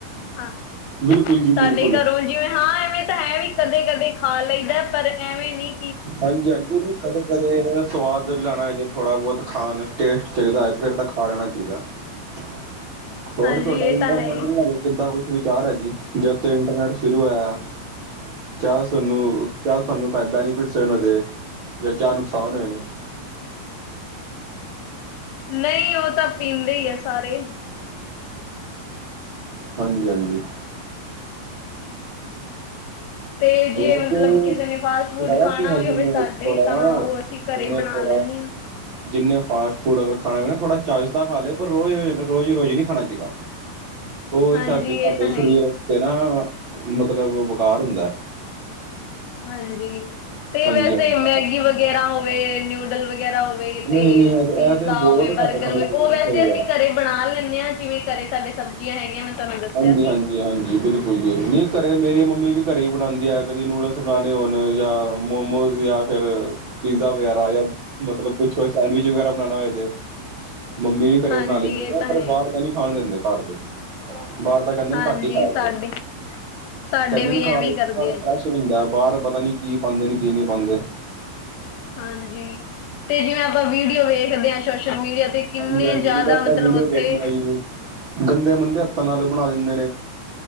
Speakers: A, on the left; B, on the right.
A: ਹਾਂ
B: ਬਿਲਕੁਲ ਜੀ
A: ਸਾਡੇ
B: ਬਿਲਕੁਲ
A: ਘਰੋਂ ਜਿਵੇਂ ਹਾਂ ਐਵੇਂ ਤਾਂ ਹੈ ਵੀ ਕਦੇ ਕਦੇ ਖਾ ਲਈਦਾ ਪਰ ਐਵੇਂ ਨੀ
B: ਹਾਂਜੀ ਹਾਂਜੀ ਨਹੀ ਕਦੇ ਕਦੇ ਸਵਾਦ ਲੈਣਾ ਹੈ ਜੇ ਥੋੜਾ ਬਹੁਤ ਖਾਣ ਟੇਸਟ ਚਾਹੀਦਾ ਏ ਤੇ ਫਿਰ ਤਾਂ ਖਾ ਲੈਣਾ ਚਾਹੀਦਾ ਏ, ਹੋਰ
A: ਹਾਂਜੀ
B: ਤੁਹਾਡਾ
A: ਇਹ
B: ਇੰਟਰਨੈਟ
A: ਤਾਂ ਹੈ ਹੀ
B: ਨਹੀਂ ਹੈਗਾ ਜੀ ਇਦਾਂ ਕੁਛ ਵਿਚਾਰ ਏ ਜੀ, ਜਦ ਤੋਂ ਇੰਟਰਨੈਟ ਸ਼ੁਰੂ ਹੋਇਆ। ਕਿਆ ਸੁਨੂੰ ਕਿਆ ਸਾਨੂੰ ਬੈਨੀਫਿਟਸ ਹੋਏ ਨੇ ਹੋਹਦੇ ਜਾਂ ਕਿਆ ਨੁਕਸਾਨ ਹੋਏ ਨੇ।
A: ਨਹੀਂ ਉਹ ਤਾਂ ਪੀਂਦੇ ਹੀ ਆ ਸਾਰੇ।
B: ਹਾਂਜੀ ਹਾਂਜੀ
A: ਤੇ ਜੇ
B: ਵੈਸੇ
A: ਮਤਲਬ ਕਿਸੇ ਨੇ ਫਾਸਟ ਫੂਡ
B: ਬਤਾਵਾ
A: ਖਾਣਾ
B: ਕੀ
A: ਵੀ
B: ਜਿੰਨੇ
A: ਹੋਵੇ ਸਾਡੇ
B: ਥੋੜਾ
A: ਤਾਂ
B: ਨਾ
A: ਉਹ ਅਸੀਂ ਘਰੇ
B: ਜਿੰਨੇ
A: ਬਣਾ
B: ਥੋੜਾ
A: ਲੈਂਦੇ ਹਾਂ
B: ਜਿਨੇ ਫਾਸਟ ਫੂਡ ਅਗਰ ਖਾਣਾ ਨਾ ਥੋੜ੍ਹਾ ਚਾਜ਼ਦਾ ਖਾ ਲੇ ਪਰ ਰੋਜ਼ ਰੋਜ਼ ਰੋਜ਼ ਰੋਜ਼ ਨਹੀਂ ਖਾਣਾ ਚਾਹੀਦਾ।
A: <inaudible> <unintelligible>
B: ਉਹ
A: ਹਾਂਜੀ
B: ਸਾਡੇ ਸਾਡੇ
A: ਇਹ ਤਾਂ
B: ਸਰੀਰ
A: ਹੈ ਹੀ
B: ਵਸਤੇ ਨਾ ਮਤਲਬ ਬੇਕਾਰ ਹੁੰਦਾ।
A: ਹਾਂਜੀ ਤੇ
B: ਹਾਂਜੀ
A: ਵੈਸੇ
B: ਹਾਂਜੀ
A: ਮੈਗੀ ਵਗੈਰਾ ਹੋਵੇ ਨਿਊਡਲ ਵਗੈਰਾ ਹੋਵੇ ਤੇ
B: ਨਹੀਂ ਨਹੀਂ ਇਹ
A: ਪੀਜ਼ਾ
B: ਤੇ ਬਹੁਤ
A: ਹੋਵੇ, ਬਰਗਰ
B: ਘੱਟ ਖਾਣੇ
A: ਹੋਵੇ
B: ਚਾਹੀਦੇ
A: ਉਹ
B: ਨੇ
A: ਵੈਸੇ
B: ਸਹੀ
A: ਅਸੀਂ
B: ਗੱਲ
A: ਘਰੇ ਬਣਾ ਲੈਂਦੇ ਹਾਂ, ਜਿਵੇਂ ਘਰੇ ਸਾਡੇ ਸਬਜ਼ੀਆਂ ਹੈਗੀਆਂ ਮੈਂ ਤੁਹਾਨੂੰ ਦੱਸਿਆ
B: ਹਾਂਜੀ
A: ਸੀ।
B: ਹਾਂਜੀ ਹਾਂਜੀ ਬਿਲਕੁਲ ਜੀ ਨਹੀਂ ਘਰੇ ਮੇਰੀ ਮੰਮੀ ਵੀ ਘਰੇ ਹੀ ਬਣਾਉਂਦੀ ੲੈ ਕਦੀ ਨੂਡਲਸ ਬਣਾਉਣੇ ਹੋਣ ਜਾਂ ਮੋਮੋਜ਼ ਯਾਂ ਫਿਰ ਪੀਜ਼ਾ ਵਗੈਰਾ ਯਾਂ ਮਤਲਬ ਕੁਛ ਹੋਏ ਸੈਂਡਵਿਚ ਵਗੈਰਾ ਬਣਾਨਾ ਹੋਏ ਤੇ। ਮੰਮੀ ਵੀ ਘਰੇ
A: ਹਾਂਜੀ
B: ਬਣਾ ਲੈਂਦੀ
A: ਇਹ
B: ਆ
A: ਤਾਂ
B: ਪਰ
A: ਹੈ ਹੀ
B: ਬਾਹਰ ਦਾ ਨੀ ਖਾਣ ਦਿੰਦੇ ਘਰ ਦੇ। ਬਾਹਰ ਦਾ ਕਹਿੰਦੇ
A: ਹਾਂਜੀ
B: ਨੇ ਘੱਟ ਈ ਖਾਇਆ
A: ਸਾਡੇ
B: ਕਰੋ।
A: ਸਾਡੇ
B: ਕਹਿੰਦੇ
A: ਵੀ
B: ਨੇ
A: ਐਵੇਂ
B: ਘਰ,
A: ਹੀ ਕਰਦੇ
B: ਘਰ
A: ਆ ਜੀ
B: ਫਰੈਸ਼ ਹੁੰਦਾ ਬਾਹਰ ਪਤਾ ਨੀ ਕੀ ਪਾਂਦੇ ਨੇ ਕੀ ਨੀ ਪਾਂਦੇ।
A: ਹਾਂਜੀ ਤੇ ਜਿਵੇਂ ਆਪਾਂ ਵੀਡੀਓ ਵੇਖਦੇ ਆ ਸੋਸ਼ਲ ਮੀਡੀਆ ਤੇ ਕਿੰਨੇ
B: ਹਾਂਜੀ-ਹਾਂਜੀ
A: ਜ਼ਿਆਦਾ
B: ਜਿਦਾਂ ਆਪਾਂ
A: ਮਤਲਬ
B: ਵੀਡੀਓ
A: ਉੱਥੇ
B: ਦੇਖਦੇ ਆ ਜੀ ਗੰਦੇ-ਮੰਦੇ ਹੱਥਾਂ ਨਾਲ ਬਣਾ ਦਿੰਦ